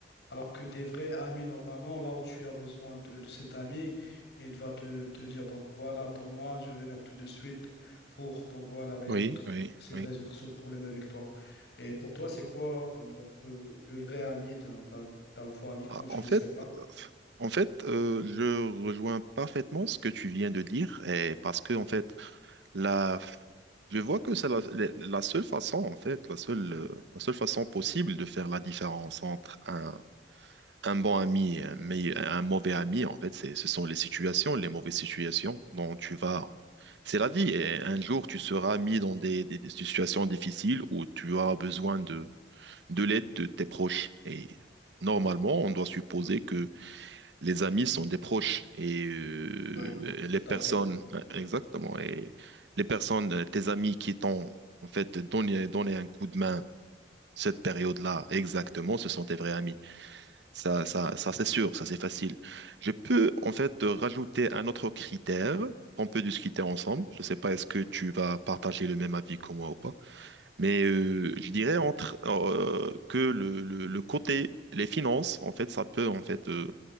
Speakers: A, on the left; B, on the right.
A: Alors que des vrais amis, normalement, là où tu as besoin de, de cet ami, il va te, te dire, donc voilà, attends-moi, je vais venir tout de suite pour, donc voilà, résoudre,
B: Oui, oui,
A: essayer
B: oui.
A: de résoudre ce problème avec toi. Et pour toi, c'est quoi, donc, euh, le vrai ami d'un d'un- d'un faux ami, comment
B: Ah,
A: tu
B: En
A: le
B: fait,
A: sépares?
B: euh, en fait, euh, je rejoins parfaitement ce que tu viens de dire, et parce que en fait, la, je vois que c'est la, la- la seule façon, en fait, la seule, euh, la seule façon possible de faire la différence entre un, un bon ami et un, meille- un mauvais ami, en fait, c'est, ce sont les situations, les mauvaises situations dont tu vas. C'est la vie, et un jour, tu seras mis dans des, des- des situations difficiles où tu auras besoin de, de l'aide de tes proches. Et normalement, on doit supposer que les amis sont des proches et euh,
A: Oui,
B: les
A: tout
B: personnes,
A: à fait.
B: exactement, et les personnes, euh, tes amis qui t'ont en fait donné, donné un coup de main cette période-là, exactement, ce sont tes vrais amis. Ça, ça, ça c'est sûr, ça c'est facile. Je peux en fait euh, rajouter un autre critère. qu'on peut discuter ensemble. Je ne sais pas, est-ce que tu vas partager le même avis que moi ou pas. Mais euh, je dirais entre euh, que le, le, le côté, les finances, en fait, ça peut en fait euh,